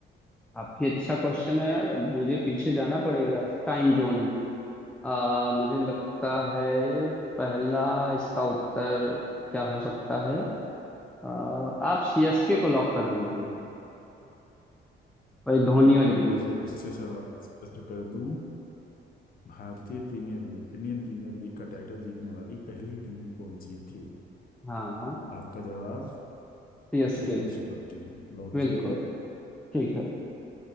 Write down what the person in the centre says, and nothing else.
काफी अच्छा क्वेश्चन है यार मुझे पीछे जाना पड़ेगा टाइम जोन में आ, मुझे लगता है पहला इसका उत्तर क्या हो सकता है आ, आप सीएसके को लॉक कर दीजिए वही धोनी
वाली
टीम
हाँ
सीएसके
बिल्कुल
ठीक है